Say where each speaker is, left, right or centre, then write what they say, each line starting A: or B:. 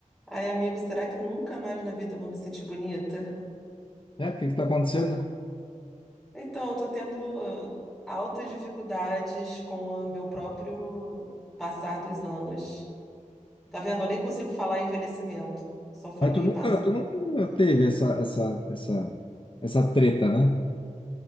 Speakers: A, in the centre; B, on the left (about 40°).
A: Ai, amigo, será que nunca mais na vida eu vou me sentir bonita?
B: É, o que que tá acontecendo?
A: Então, eu tô tendo ah, altas dificuldades com o meu próprio passar dos anos. Tá vendo? Eu nem consigo falar em envelhecimento. Só falei
B: Mas tu nunca,
A: pass...
B: tu nunca teve essa, essa, essa, essa treta, né?